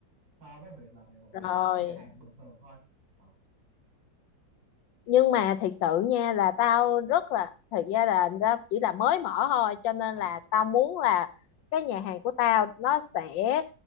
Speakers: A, on the right; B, on the left.
A: so với việc là mày một
B: rồi
A: làm một cái nhà hàng bình thường thôi ờ
B: nhưng mà
A: ờ
B: thật sự nha là tao rất là thật ra là tao chỉ là mới mở thôi cho nên
A: ờ
B: là tao muốn là cái nhà hàng của tao nó sẽ